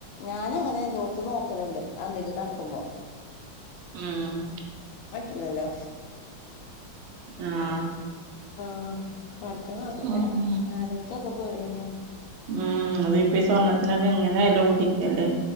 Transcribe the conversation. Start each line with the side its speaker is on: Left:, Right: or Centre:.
Left: ഞാനങ്ങനെ എല്ലോട്ത്തും നോക്കല്ണ്ട് അന്തിക്ക് കടക്കുമ്പോ
Right: ആഹ്
Left: ഇല്ലല്ലോ
Right: ആഹ്
Left: ആഹ് പടച്ചോൻ കാക്കട്ടെ
Right: ഉം
Left: ആലോയിചാക്കൊ പേടിയന്നെയാണ്
Right: ഉം അത് ഇപ്പ സ്വർണത്തിനൊക്കെ ഇങ്ങനെ വില കൂടിക്കല്ലേ